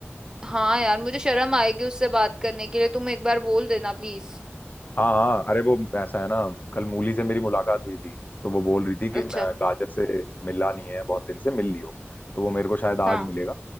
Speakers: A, on the right; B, on the left.
A: हाँ यार मुझे शर्म आएगी उससे बात करने के लिए तुम एक बार बोल देना प्लीज
B: हाँ हाँ अरे वो ऐसा है ना कल मूली से मेरी मुलाकात हुई थी तो वो बोल रही थी कि
A: अच्छा
B: मैं गाजर से मिला नहीं है बहुत दिन से मिल लियो तो वो मेरे को शायद आज
A: हाँ
B: मिलेगा